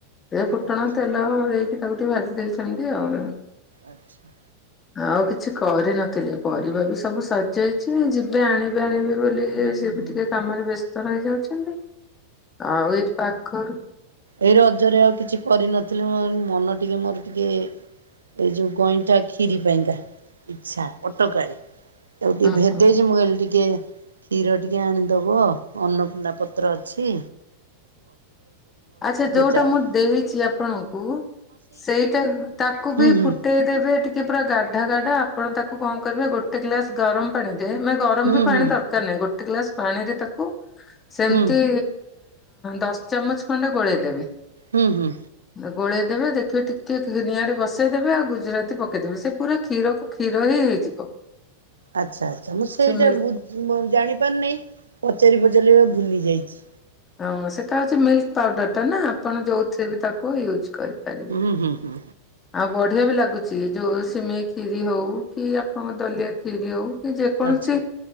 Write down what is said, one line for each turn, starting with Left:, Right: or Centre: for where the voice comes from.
Left: ଏ ଫୁଟଣ
Right: ଆଚ୍ଛା
Left: ତେଲ ଦେଇକି ତାକୁ ଟିକେ ଭାଜିଦେଲି ସେମିତି ଆଉ।
Right: ଆଚ୍ଛା।
Left: ଆଉ କିଛି କରିନଥିଲି ପରିବା ବି ସବୁ ସରି ଯିଇଛି ଯିବେ ଆଣିବେ ଆଣିବେ ବୋ ବୋଲି
Right: ହୁଁ
Left: ସେ ବି ଟିକେ କାମରେ ବ୍ୟସ୍ତ ରହିଯାଉଛନ୍ତି ଆଉ ଏଇ ପାଖରୁ
Right: ଏଇ ରଜରେ ଆଉ କିଛି କରିନଥିଲେ ମୋର ମନ ଟିକେ ମୋର ଟିକେ ଏଇ ଯୋଉ ଗଇଁଠା କ୍ଷିରି ପାଇଁକା ଇଚ୍ଛା ଅଟକାଳି। ଆଉ
Left: ଆଚ୍ଛା।
Right: ଟିକେ ଭେଦେଇଛି ମୁଁ କହିଲି ଟିକେ କ୍ଷୀର ଟିକେ ଆଣିଦବ ଅନ୍ନପୂର୍ଣ୍ଣା ପତ୍ର ଛି।
Left: ଆଚ୍ଛା ଯୋଉଟା
Right: ଚାଉଳ
Left: ମୁଁ ଦେଇଛି ଆପଣଙ୍କୁ ସେଇଟା ତାକୁ
Right: ହୁଁ
Left: ବି
Right: ହୁଁ
Left: ଫୁଟେଇ ଦେବେ ଟି ପୁରା ଗାଢା ଗାଢା ଆପଣ ତାକୁ କଣ କରିବେ ଗୋଟେ ଗ୍ଲାସ ଗରମ ପାଣି ରେ ମାନେ ଗରମ
Right: ହୁଁ
Left: ବି ପାଣି
Right: ହୁଁ
Left: ଦର କାର ନାଇଁ ଗୋଟେ ଗ୍ଲାସ୍ ପାଣିରେ ତାକୁ ସେମିତି
Right: ହୁଁ
Left: ଦଶ ଚାମଚ୍ ଖଣ୍ଡେ ଗୋଳେଇ ଦେବେ।
Right: ହୁଁ ହୁଁ।
Left: ଗୋଳେଇ ଦେବେ ଦେଖିବେ ଟିକେ ନିଆଁରେ ବସେଇଦେବେ ଆଉ ଗୁଜୁରାତି ପକେଇଦେବେ ସେ ପୁରା କ୍ଷୀରକୁ କ୍ଷୀର ହି ହେଇଯିବ।
Right: ଆଚ୍ଛା ଆଚ୍ଛା ମୁଁ ସେଇଟା
Left: ସେ ମିଲ୍କ
Right: ବୁ ଜାଣି ପାରୁନେଇ ପଚାରି ପଚାରିବି ବୋଲି ଭୁଲି ଯାଇଚି।
Left: ହଁ ସେଟା ହେଉଚି ମିଲ୍କ୍ ପାଉଡର ଟା ନା ଆପଣ ଯଉଥିରେ ବି ତାକୁ ୟୁଜ୍ କରିପାରିବେ।
Right: ହୁଁ ହୁଁ ହୁଁ।
Left: ଆଉ ବଢ଼ିଆ ବି ଲାଗୁ ସେ ଜୋଉ ସିମେଇ ଖିରି ହଉ କି ଆପଣଙ୍କ ଦଲିଆ ଖିରି ହଉ କି ଯେକୌଣସି
Right: ଆଚ୍ଛା